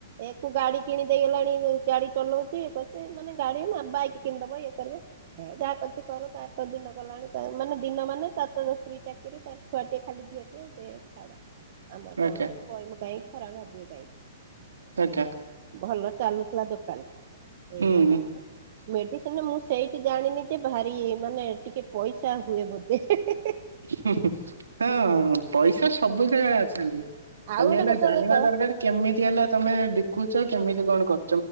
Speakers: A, on the right; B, on the right.
A: ଏକୁ ଗାଡି କିଣିଦେଇଗଲାଣି ଗାଡି ଚଲଉଛି ଇଏ କରୁଛି ମାନେ ଗାଡି ମା ବାଇକି କିଣିଦବ ଇଏ କରିବ। ଏ ଯାହା କରୁଚି କରୁ ତାର ତ ଦିନ ଗଲାଣି ତା ମାନେ ଦିନ ମାନେ ତା ତାର ସ୍ତ୍ରୀ ଚାକିରି ତାର ଛୁଆଟିଏ ଖାଲି ଝିଅ ଟିଏ, ସେ ଛାଡ ଆମର
B: ଆଜ୍ଞା
A: କଣ ଅଛି କହିମୁ କାହିଁ। ଖରାପ ଭାବିବ କାଇଁ। ହଁ
B: ଆଜ୍ଞା
A: ଭଲ ଚାଲୁଥିଲା ଦୋକାନ ଟା
B: ହୁଁ।
A: ଏଇଆ ଢଙ୍ଗ ମେ କି ସିନା ମୁଁ ସେଇଠି ଜାଣିନି ଯେ ଭାରି ମାନେ ଟିକେ ପଇସା ହୁଏ ବୋଧେ ହେ ହେ।
B: ହୁଁ ହୁଁ ହଁ ପଇସା ସବୁ ଜାଗା ରେ ଅଛନ୍ତି। ଖାଲି
A: ଆଉ ଗୋଟେ
B: ହେଲା
A: କଥା
B: ଜାଣିବା
A: ଦେଖ
B: ଦରକାର କେମିତି ହେଲା ତମେ ବିକୁଚ କେମିତି କଣ କର